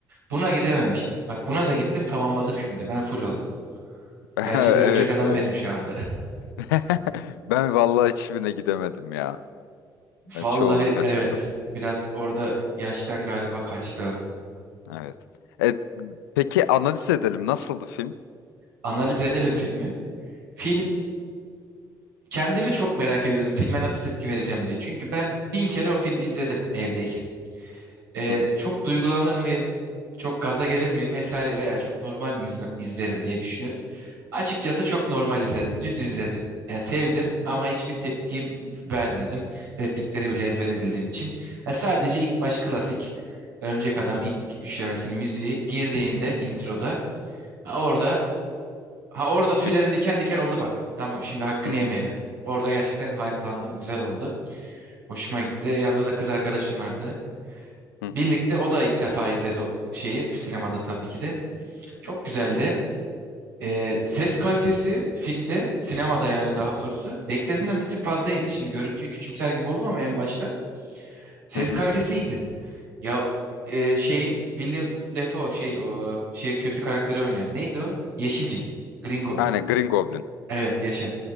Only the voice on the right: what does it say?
Buna gidememiştim. Bak buna da gittim tamamladım şimdi. Ben full oldum.
Gerçek
Örümcek Adam
benim şu anda.
Vallahi
evet. Biraz orada yaştan galiba kaçtı o.
Analiz edelim filmi. Film kendimi çok merak ediyordum. Filme nasıl tepki vereceğim diye. Çünkü ben bin kere o filmi izledim evdeyken. e,
çok duygulanır mıyım? Çok gaza gelir miyim vesaire veya çok normal mi izle- izlerim diye düşünüyordum. Açıkçası çok normal izledim. Düz izledim. Yani sevdim ama hiçbir tepkim vermedim. Replikleri bile ezbere bildiğim için. E, sadece ilk baş klasik Örümcek Adam ilk üçlemesinin müziği girdiğinde introda ha orada ha orada tüylerim
diken diken oldu bak. Tamam şimdi hakkını
yemeyelim. Orada gerçekten hype'landım. Güzel oldu. Hoşuma gitti. Yanımda da kız arkadaşım vardı. Birlikte
o da ilk defa izledi o şeyi sinemada tabii ki de. Çok güzeldi. Ee, ses kalitesi filmde sinemada yani daha doğrusu beklediğimden bir tık fazlaydı. Şimdi görüntüyü küçümser gibi oldum ama en başta ses
kalitesi iyiydi. Ya e, şeyin William Defoe şey o şey kötü karakteri oynayan neydi o? Yeşilcin. Green Goblin.
Evet yaşa.